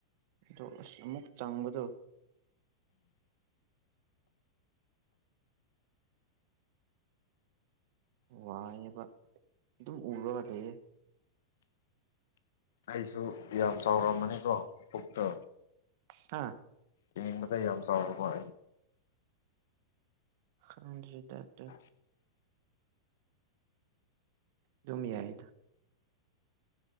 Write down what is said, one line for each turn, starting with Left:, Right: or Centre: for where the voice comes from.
Right: ꯑꯗꯣ ꯑꯁ ꯑꯃꯨꯛ ꯆꯪꯕꯗꯣ ꯋꯥꯏꯌꯦꯕ ꯑꯗꯨꯝ ꯎꯔꯒ ꯂꯩꯌꯦ
Left: ꯑꯩꯁꯨ ꯌꯥꯝ ꯆꯥꯎꯔꯝꯕꯅꯤꯀꯣ ꯄꯨꯛꯇꯣ
Right: ꯍꯥꯥ
Left: ꯌꯦꯡꯕꯗ ꯌꯥꯝ ꯆꯥꯎꯔꯕꯣ ꯑꯩ
Right: ꯈꯪꯗ꯭ꯔꯦꯗ ꯑꯗꯨ
Left: <inaudible>
Right: ꯑꯗꯨꯝ ꯌꯥꯏꯗ